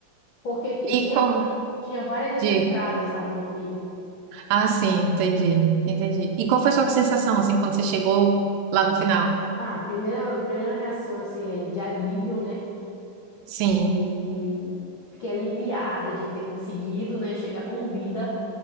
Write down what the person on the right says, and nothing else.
E qual...
Digo.
Ah, sim, entendi, entendi. E qual foi a sua sensação, assim, quando você chegou lá no final?
Sim,